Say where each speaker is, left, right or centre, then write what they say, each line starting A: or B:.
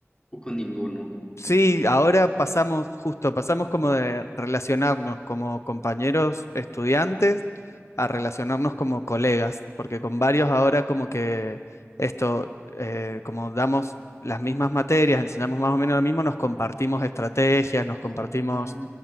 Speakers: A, on the left; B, on the left.
A: o con ninguno?
B: Sí, ahora pasamos, justo, pasamos como de relacionarnos como compañeros estudiantes a relacionarnos como colegas, porque con varios ahora como que esto, eh, como damos las mismas materias, enseñamos más o menos lo mismo, nos compartimos estrategias, nos compartimos
A: Ah,